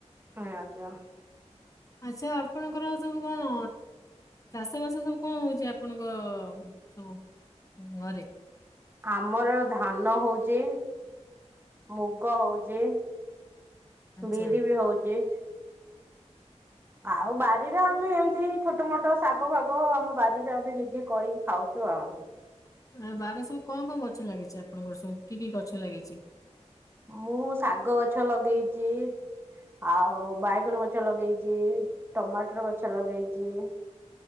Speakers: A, on the right (about 20°); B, on the left (about 30°).
A: ଆଁ ଆଜ୍ଞା।
B: ଆଚ୍ଛା ଆପଣଙ୍କର ସବୁ କଣ- ଚାଷ ବାସ ସବୁ କଣ ହଉଛି ଆପଣଙ୍କ ସବୁ ଘରେ?
A: ଆମର ଧାନ ହଉଚି ମୁଗ ହଉଛି
B: ଆଚ୍ଛା
A: ବିରି ବି ହଉଛି ଆଉ ବାଡିରେ ଆମେ ଏମତି ଛୋଟ ମୋଟ ଶାଗ ଫାଗ ଆମ ବାରିରେ ଆମେ ନିଜେ କରିକି ଖାଉଛୁ ଆଉ
B: ଆ ବାଡିରେ ସବୁ କଣ କଣ ଗଛ ଲାଗିଛି ଆପଣଙ୍କର ସବୁ କି କି ଗଛ ଲାଗିଛି?
A: ମୁଁ ଶାଗ ଗଛ ଲଗେଇଛି। ଆଉ ବାଇଗଣ ଗଛ ଲଗେଇଛି ଟମାଟର ଗଛ ଲଗେଇଛି।